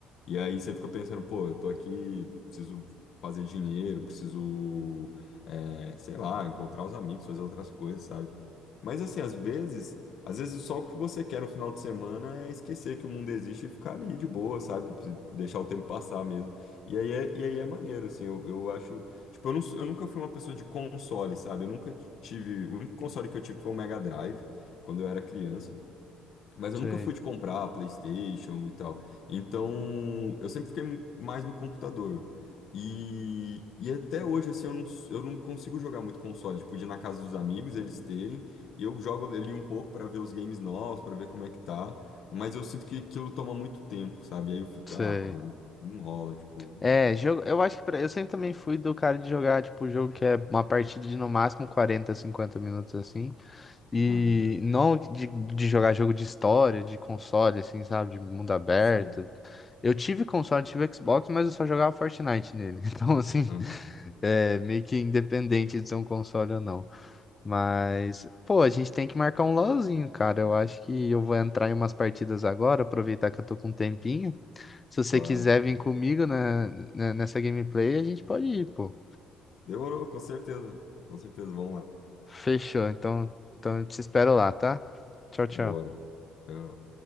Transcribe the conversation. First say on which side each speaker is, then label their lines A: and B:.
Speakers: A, on the left; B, on the left.
A: E aí você fica pensando, pô, eu tô aqui, preciso fazer dinheiro, preciso, é, sei lá, encontrar os amigos, fazer outras coisas, sabe? Mas assim, às vezes, às vezes só o que você quer no final de semana é esquecer que o mundo existe e ficar ali de boa, sabe? Deixar o tempo passar mesmo. E aí é, e aí é maneiro, assim, eu, eu acho. Tipo, eu, não- eu nunca fui uma pessoa de console, sabe? Eu nunca tive. O único console que eu tive foi o Mega Drive, quando eu era criança. Mas
B: sei,
A: eu nunca fui de comprar PlayStation e tal. Então, eu sempre fiquei mais no computador. E, e até hoje, assim, eu não, eu não consigo jogar muito console. Tipo, de ir na casa dos amigos, eles terem. E eu jogo ali um pouco pra ver os games novos, pra ver como é que tá. Mas eu sinto que aquilo toma muito tempo, sabe? aí eu fico,
B: sei.
A: ah, cara, não rola, tipo.
B: É, jogo, eu acho que pra- eu sempre também fui do cara de jogar, tipo, jogo que é uma partida de no máximo 40, 50 minutos assim. E
A: Aham,
B: não de, de jogar jogo de história, de console, assim, sabe? De mundo aberto.
A: sim.
B: Eu tive console, tive Xbox, mas eu só jogava Fortnite nele. <laughs> Então, assim,
A: Uhum,
B: é meio que independente de ser um console ou não. Mas, pô, a gente tem que marcar um LOLzinho, cara. Eu acho que eu vou entrar em umas partidas agora, aproveitar que eu tô com um tempinho. Se você
A: claro.
B: quiser vir comigo na, na- nessa gameplay, a gente pode ir, pô.
A: Demorou, com certeza. Com certeza, vamos lá.
B: Fechou. Então, então eu te espero lá, tá? Tchau, tchau.
A: Bora. Já-